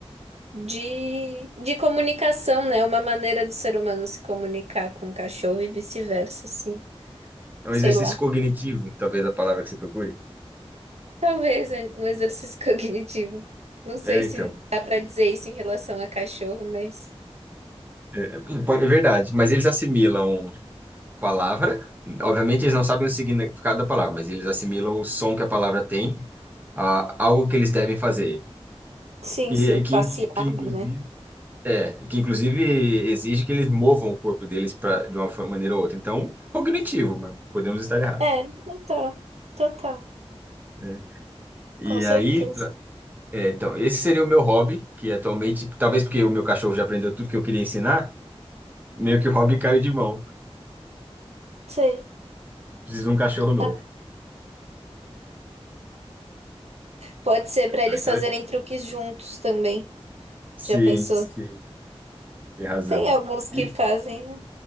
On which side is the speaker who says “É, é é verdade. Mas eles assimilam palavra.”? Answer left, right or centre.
Right